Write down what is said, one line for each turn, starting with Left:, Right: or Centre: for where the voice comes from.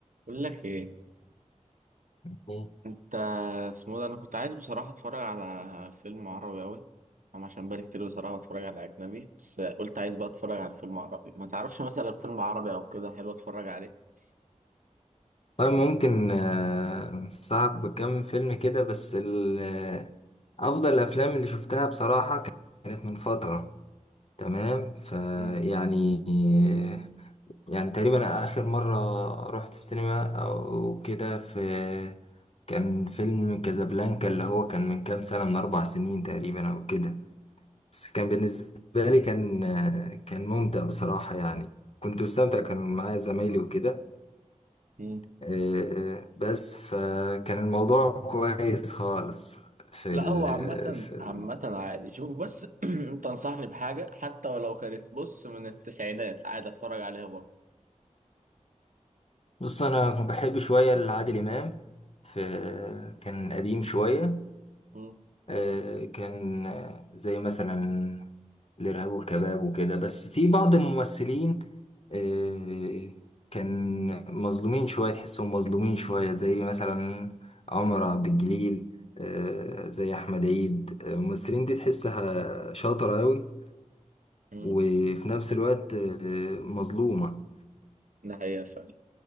Right: بقول لك ايه
Left: مم.
Right: انت اسمه ده انا كنت عايز بصراحه اتفرج على فيلم عربي قوي انا عشان بقالي كتير بصراحه اتفرج على اجنبي بس قلت عايز بقى اتفرج على فيلم عربي ما تعرفش مثلا فيلم عربي او كده حلو اتفرج عليه
Left: طيب ممكن آه، أنصحك بكم فيلم كده بس ال- آه، أفضل الأفلام اللي شفتها بصراحة كانت من فترة تمام فيعني
Right: مم.
Left: يعني يعني تقريبا آخر مرة رحت السينما أو كده في كان فيلم كازابلانكا اللي هو كان من كام سنة من أربع سنين تقريبا أو كده بس كان
Right: مم.
Left: بالنسبة لي كان آه، كان ممتع بصراحة يعني كنت مستمتع كان معايا زمايلي وكده
Right: مم.
Left: آه، آه، بس فكان الموضوع كويس خالص في
Right: لا
Left: ال
Right: هو عامه
Left: في
Right: عامه
Left: ال-
Right: عادي شوف بس <clears throat> انت انصحني بحاجه حتى ولو كانت بص من التسعينات عادي اتفرج عليها برضه
Left: بص انا بحب شويه لعادل امام في كان قديم شويه
Right: مم.
Left: آه، كان آه، زي مثلا الارهاب والكباب وكده بس في بعض الممثلين آه، كان مظلومين شويه تحسهم مظلومين شويه زي مثلا عمر عبد الجليل آه، زي احمد عيد آه، الممثلين دي تحسها شاطره قوي
Right: مم.
Left: وفي نفس الوقت آه، مظلومة
Right: ده حقيقه فعلا